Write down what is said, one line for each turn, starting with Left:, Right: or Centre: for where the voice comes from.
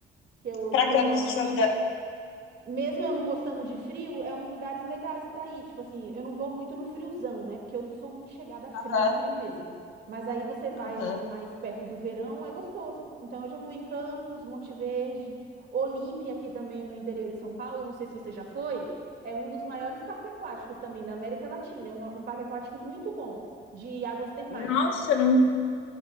Right: que eu,
Left: para
Right: que eu
Left: Campos
Right: gosto.
Left: do Jordão.
Right: Mesmo eu não gostando de frio, é uns lugares legais para ir. Tipo assim, eu não vou muito no friozão, né? Porque eu não sou muito chegada a frio,
Left: Aham.
Right: frio mesmo. Mas aí você vai
Left: Aham.
Right: ali mais perto do verão, é gostoso. Então eu já fui em Campos, Monte Verde, Olímpia aqui também no interior de São Paulo, não sei se você já foi, é um dos maiores parques aquáticos também da América Latina, é um, um parque aquático muito bom, de águas termais.
Left: Nossa, não...